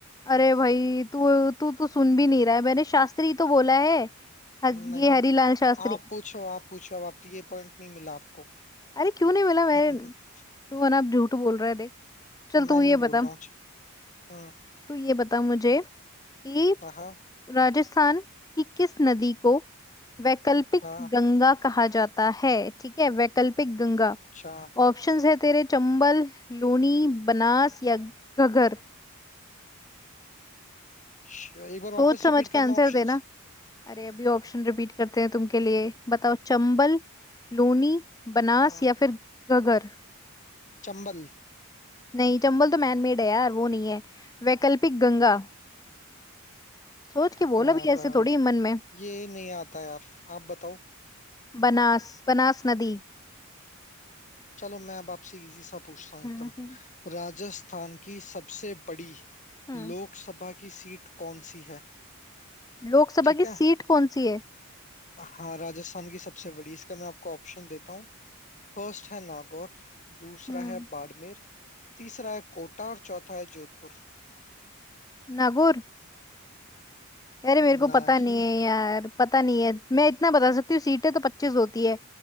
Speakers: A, on the left; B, on the left.
A: अरे भाई तू तू तो सुन भी नहीं रहा है मैंने शास्त्री तो बोला है ह-
B: नहीं
A: ये हरीलाल
B: आ-
A: शास्त्री
B: आप पूछो आप पूछो अब आप ये पॉइंट नहीं मिला आपको
A: अरे क्यों नहीं मिला
B: <laughs>
A: मैं तू है ना अब झूठ बोल रहा है देख चल तू
B: मैं नहीं
A: ये
B: बोल
A: बता
B: रहा हूँ हम्म,
A: तू ये बता मुझे कि
B: हाँ
A: राजस्थान की किस नदी को वैकल्पिक
B: हाँ
A: गंगा कहा जाता है ठीक है वैकल्पिक गंगा
B: अच्छा
A: ऑप्शंस है तेरे चंबल लूनी बनास या घगर
B: श- एक बार
A: सोच
B: वापस
A: समझ
B: रिपीट
A: के
B: करना
A: आंसर
B: ऑप्शंस
A: देना अरे अभी ऑप्शन रिपीट करते हैं तुमके लिए बताओ चंबल लूनी बनास
B: हाँ
A: या फिर घगर
B: चंबल
A: नहीं चंबल तो मैनमेड है यार वो नहीं है वैकल्पिक गंगा सोच के
B: आ,
A: बोल अभी
B: ब-
A: ऐसे थोड़ी मन में
B: ये नहीं आता यार आप बताओ
A: बनास बनास नदी
B: चलो मैं अब आपसे इजी सा पूछता हूँ एकदम
A: हम्म हम्म
B: राजस्थान की सबसे बड़ी
A: हम्म
B: लोकसभा की सीट कौन सी है
A: लोकसभा
B: ठीक
A: की
B: है
A: सीट कौन सी है
B: हाँ राजस्थान की सबसे बड़ी इसका मैं आपको ऑप्शन देता हूँ फर्स्ट है नागौर दूसरा
A: हम्म।
B: है बाड़मेर तीसरा है कोटा और चौथा है जोधपुर
A: नागौर अरे मेरे को
B: नहीं
A: पता नहीं है यार पता नहीं है मैं इतना बता सकती हूँ सीटें तो पच्चीस होती है